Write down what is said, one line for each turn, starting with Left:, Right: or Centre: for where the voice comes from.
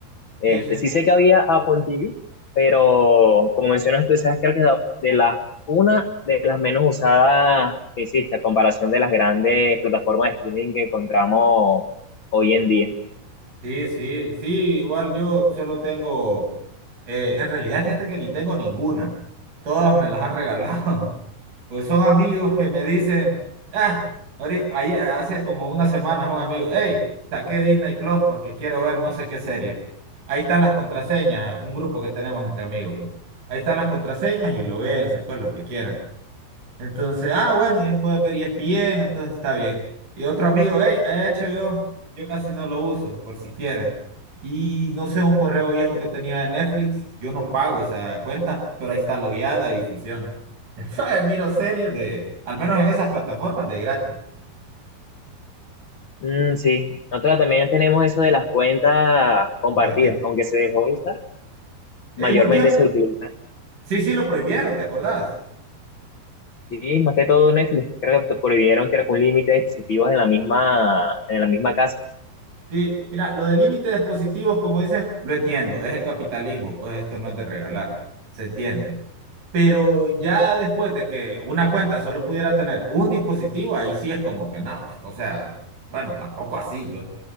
Left: Este,
Right: Sí, sí.
Left: sí sé que había Apple TV, pero como mencionas tú, esa es creo que la- de las, una de las menos usadas que existe a comparación de las grandes plataformas de streaming que encontramos hoy en día.
Right: Sí, sí, sí, igual yo solo tengo, eh, en realidad fíjate que ni tengo ninguna, todas me las han regalado, <laughs> pues son amigos que me dicen, ah, ahorita, ayer, hace como unas semanas un amigo, hey, saqué Disney Plus porque quiero ver no sé qué serie, ahí están las contraseñas, un grupo que tenemos entre amigos, ¿no? Ahí están las contraseñas y lo ven, pues los que quieran. Entonces, ah, bueno, y puedes ver ESPN, entonces está bien. Y otro amigo, hey, HBO, yo casi no lo uso, por si quieren. Y no sé, un correo viejo que tenía de Netflix, yo no pago esa cuenta, pero ahí está logueada y funciona. <laughs> Entonces, miro series de, al menos en esas plataformas, de gratis,
Left: Mm, sí, nosotros también tenemos eso de las cuentas compartidas,
Right: compartir.
Left: aunque se dejó de usar,
Right: En
Left: mayormente
Right: un tío,
Left: se utiliza.
Right: sí, sí, lo prohibieron, ¿te acordás?
Left: Sí, más que todo Netflix, creo que prohibieron creo que un límite de dispositivos en la misma, en la misma casa,
Right: Sí, mira, lo del límite de dispositivos, como dicen, lo entiendo, es el capitalismo, pues esto no es de regalar, se entiende. Pero ya después de que una cuenta solo pudiera tener un dispositivo, ahí sí es como que no, o sea, bueno, tampoco así, pues,